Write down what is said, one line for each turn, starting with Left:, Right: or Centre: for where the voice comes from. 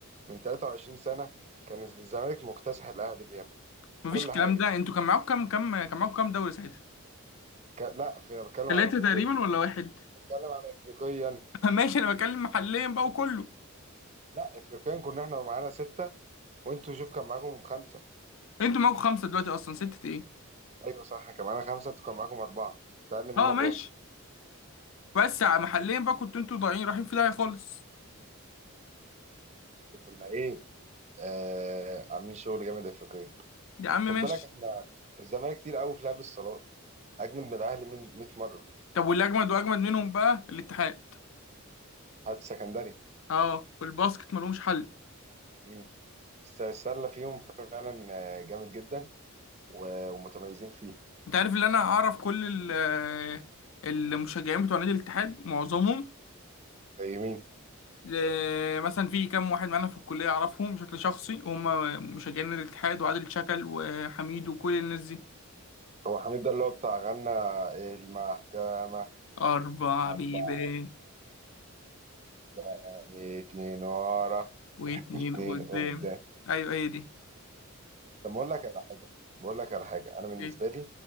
Right: من 23 سنه كان الزمالك مكتسح الاهلي بيعمل في
Left: مفيش
Right: كل
Left: الكلام
Right: حاجه
Left: ده انتوا كان معاكم كام كام كان معاكم كام دوري ساعتها
Right: ك... لا في بتكلم
Left: ثلاثة
Right: على افريقيا
Left: تقريبا ولا واحد
Right: بتكلم على افريقيا
Left: <laughs> ماشي انا بتكلم محليا بقى وكله
Right: لا افريقيا كنا احنا معانا سته وانتوا شوف كان معاكم خمسه
Left: انتوا معاكم خمسة دلوقتي اصلا ستة ايه
Right: ايوه صح كان معانا خمسه انتوا كان معاكم اربعه كنت اقل مننا
Left: اه ماشي
Right: بواحد
Left: بس ع- محليا بقى كنتوا انتوا ضايعين رايحين في داهية خالص
Right: بس كنا ايه آه عاملين شغل جامد افريقيا
Left: يا عم
Right: خد
Left: ماشي
Right: بالك احنا الزمالك كتير قوي في لعب الصالات اجمد من الاهلي من 100 مره
Left: طب واللي اجمد واجمد منهم بقى الاتحاد
Right: هات سكندري
Left: اه في الباسكت ملهمش حل
Right: مم. الس- السله فيهم فعلا آه، جامد جدا و- ومتميزين فيه
Left: انت عارف اللي انا اعرف كل ال- آه، المشجعين بتوع نادي الاتحاد معظمهم
Right: زي مين
Left: آه، مثلا في كام واحد معانا في الكلية أعرفهم بشكل شخصي هم مشجعين الاتحاد وعادل شكل وحميد وكل الناس دي
Right: هو حميد ده اللي هو بتاع غنى إيه، المحكمه
Left: أربع
Right: اربعه
Left: بيبان
Right: قدام اتنين ورا
Left: واتنين
Right: اتنين
Left: قدام
Right: قدام
Left: أيوة هي دي
Right: طب بقول لك على حاجه بقول لك على حاجه انا بالنسبه
Left: أكيد
Right: لي